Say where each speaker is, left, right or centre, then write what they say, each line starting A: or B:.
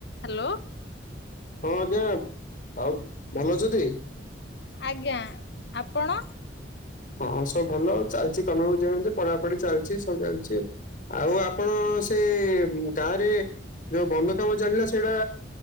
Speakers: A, on the left; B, on the left.
A: Hello.
B: ହଁ ଆଜ୍ଞା। ଆଉ ଭଲ ଅଛନ୍ତି?
A: ଆଜ୍ଞା ଆପଣ?
B: ହଁ ସବୁ ଭଲ ଚାଲିଛି କାମ ବି ଚାଲିଛି ପଢାପଢି ଚାଲିଛି ସବୁ ଚାଲିଛି। ଆଉ ଆ ପଣ ସେ ଗାଁରେ ଯୋଉ ବନ୍ଧ କାମ ଚାଲିଲା ସେଇଟା